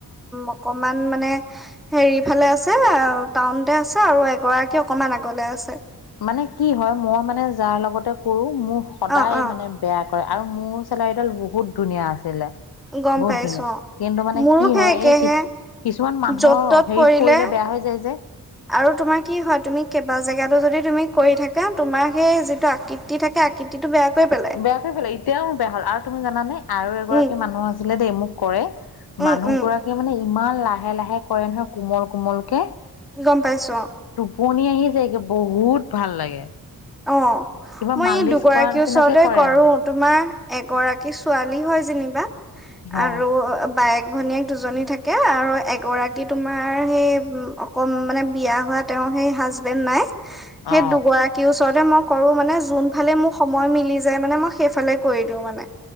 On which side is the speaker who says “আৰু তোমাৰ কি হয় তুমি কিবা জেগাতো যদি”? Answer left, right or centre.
Centre